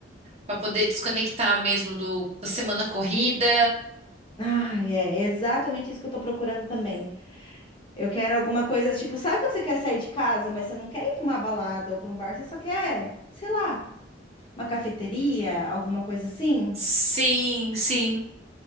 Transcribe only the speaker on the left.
Ah, é é exatamente isso que eu tô procurando também. Eu quero alguma coisa, tipo, sabe quando você quer sair de casa, mas você não quer ir pra uma balada ou pra um bar, você só quer, sei lá, uma cafeteria, alguma coisa assim?